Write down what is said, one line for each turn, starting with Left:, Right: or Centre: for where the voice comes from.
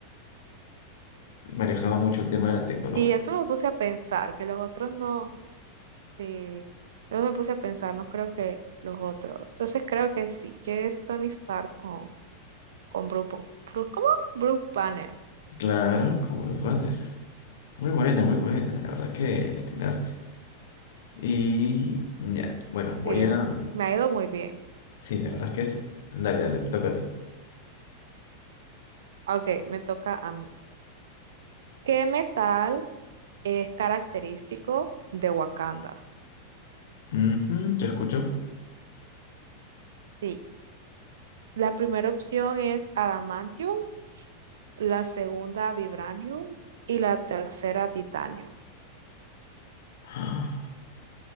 Left: manejaba mucho el tema de la tecnología.
Right: y eso me puse a pensar, que los otros no. Sí, yo me puse a pensar, no creo que los otros. Entonces creo que sí, que es Tony Stark con, con Bruce, Ban- Bruce- ¿cómo? Bruce Banner.
Left: Claro, como los Banner. Muy buena, muy buena. La verdad es que le atinaste. Y ya, bueno, voy
Right: Sí,
Left: a...
Right: me ha ido muy bien.
Left: Sí, la verdad es que sí. Dale, dale, te toca a ti.
Right: Ok, me toca a mí. ¿Qué metal es característico de Wakanda?
Left: Ujú, te escucho.
Right: Sí, la primera opción es adamantium. la segunda vibranio y la tercera titanio.
Left: Ah,